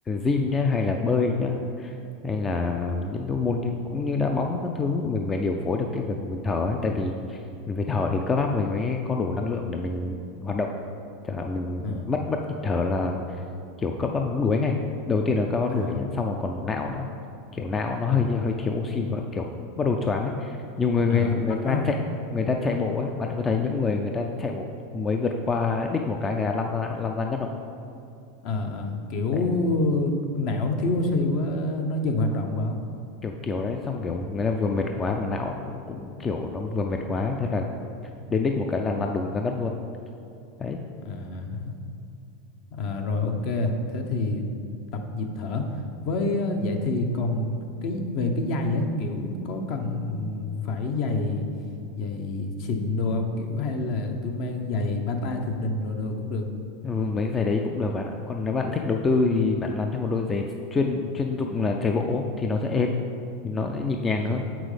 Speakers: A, on the left; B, on the left.
A: gym nhá hay là bơi nhá hay là những cái môn như, cũng như đá bóng các thứ mình phải điều phối được cái việc mình thở ấy. tại vì mình phải thở thì cơ bắp mình mới có đủ năng lượng để mình hoạt động Chả hạn mình
B: Ờ.
A: mất mất nhịp thở là kiểu cơ bắp nó đuối ngay đầu tiên là cơ bắp
B: À
A: đuối nhá xong rồi còn não nữa kiểu não nó
B: à
A: hơi hơi thiếu oxy và kiểu bắt đầu choáng ấy nhiều người
B: à
A: người
B: hoạt
A: người
B: bát
A: ta
B: không?
A: chạy người ta chạy bộ ấy bạn có thấy những người người ta chạy bộ mới vượt qua đích một cái người ta lăn ra lăn ra ngất không
B: Ờ ờ, kiểu
A: đấy
B: não nó thiếu oxy quá nó dừng hoạt động phải không?
A: kiểu kiểu đấy xong kiểu người ta vừa mệt quá mà não cũng, cũng kiểu nó vừa mệt quá thế là đến đích một cái là lăn đùng ra ngất luôn đấy
B: À À, rồi ok, thế thì tập nhịp thở. Với ờ, vậy thì còn cái về cái giày á, kiểu có cần phải giày giày xịn đồ không? Kiểu hay là tôi mang giày bata Thượng Đình rồi đồ cũng được.
A: ừ, mấy giày đấy cũng được bạn ạ còn nếu bạn thích đầu tư thì bạn làm thêm một đôi giày chuyên chuyên dụng là chạy bộ thì nó sẽ êm thì nó sẽ nhịp nhàng
B: À
A: hơn